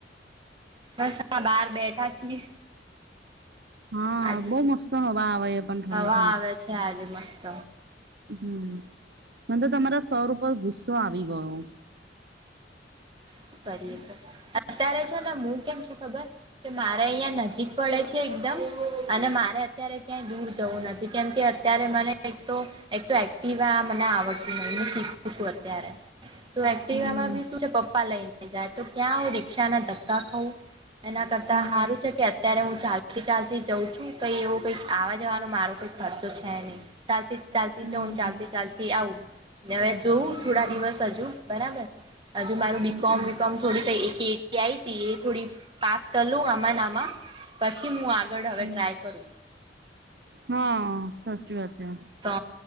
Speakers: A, on the right (about 25°); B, on the right (about 65°).
A: બસ હા, બહાર બેઠા છીએ
B: હા
A: આજે
B: બહુ મસ્ત હવા આવે છે પણ ઠંડી
A: હવા આવે છે, આજે મસ્ત
B: હમ્મ, મ તો તમારા સવર ઉપર ગુસ્ શું આવી, ગયો
A: શું કરીએ તો અત્યારે છે, ને હું કેમ છું ખબર કે મારે અહિયાં નજીક પડે છે એકદમ અને મારે અત્યારે ક્યાંય દૂર જવુ, નથી. કેમકે અત્યારે મને એક તો તો એક્ટવા મને આવડતું નથી હુ, શીખું છુ, અત્યારે તો એક્ટિવામાં
B: હમ
A: બી શું છે, પપ્પા લઈને જાય તો ક્યાં હુ, રિક્ષાના ધક્કા ખઉં એના કરતા
B: હમ
A: સારુ છે, કે અત્યારે હુ ચાલતી, ચાલતી જઉ છુ, કઈ એવો કઈ આવા જવાનો મારો કઈ ખર્ચો છે, નહી ચાલતી ચાલતી
B: હમ
A: જઉન ચાલતી, ચાલતી આવઉ હવે જોવુ, થોડા
B: હમ
A: દિવસ હજુ બરાબર હજુ મારું બીકોમ
B: હમ
A: વીકોમ થોડી એ થોડી, પાસ કરઉ આમા નામાં પછી. હ આગળ હવે,
B: હમ
A: ટ્રાય કરુ
B: હા, સાચી વાત છે
A: તો